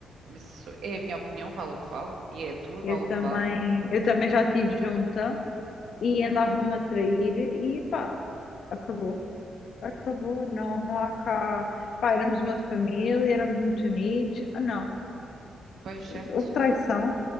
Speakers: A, on the right (about 65°); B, on the left (about 55°).
A: Mas isso é a minha opinião, vale o que vale, e é a tua, vale
B: Eu também,
A: o que vale.
B: eu também já estive junta e andava-me a trair e pá, acabou. Acabou, não, não há cá. Pá, éramos uma família, éramos muito unidos. Ah, não,
A: Pois, certo.
B: houve traição,